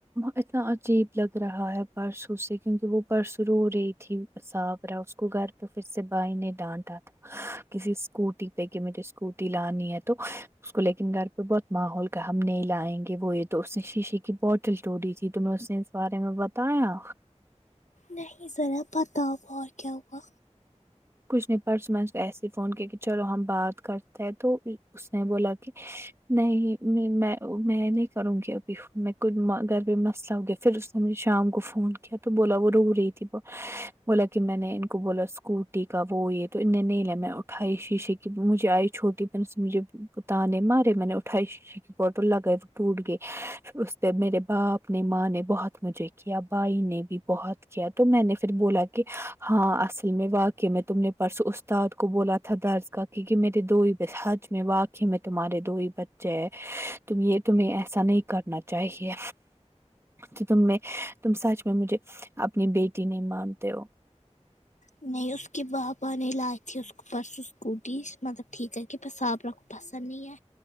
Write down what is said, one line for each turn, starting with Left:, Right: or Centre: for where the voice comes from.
Right: اتنا عجیب لگ رہا ہے پرسوں سے کیونکہ وہ پرس رو رہی تھی صاف رہا اس کو گھر پہ پھر سے بائی نہیں ڈانٹا تھا کسی اسکوٹی پیکی نے اسکوپ لانی ہے تو اس کو لیکن گھر پہ بہت ماحول کا ہم نہیں لائیں گے وہ یہ تو شیشے کی بوٹل ٹوڑی تھی تم اس نے اس بارے میں بتایا
Left: نہیں ذرا بتاو اور کیا ہوا
Right: کچھ نے پرس میں ایسے ہی فون کیا کہ چلو ہم بات کرتے ہیں تو اس نے بولا کہ نہیں میں میں نہیں کروں گی ابھی میں ک گگر بھی مسئلہ ہو گیا پھر میں نے شام کو فون کیا تو بولا وہ رو رہی تھی وہ بولا کہ میں نے ان کو بولا اسکوٹ یکا وہ یہ تو ان نے نہیں لیا میں اٹھائی شیشے کی مجھے آئی چھوٹی پن سے مجھے تان نے مارے میں نے اٹھائ شش کی باتل اگر ٹوٹ گئے پھر اس پہ میرے باپ نے ماں نے بہت مجھے کیا بھائی نے بھی بہت کیا تو میں نے پھر بولا کہ ہاں اصل میں واق کہ میں تم نے پرسوں استاد کو بولا تھا درس کا کیونکہ میرے دو ہی بس حج میں واق کہ میں تمہارے دو ہی بچے ہیں یہ تمہیں ایسا نہیں کرنا چاہیے تو تم میں تم سچ میں مجھے اپنی بیٹی نہیں مانتے ہو
Left: نہیں اس کی بابا نہیں لائی تھی اس کو پرسوں سکوٹی مطلب ٹھیک ہے کہ پساب رکھو پسند نہیں ہے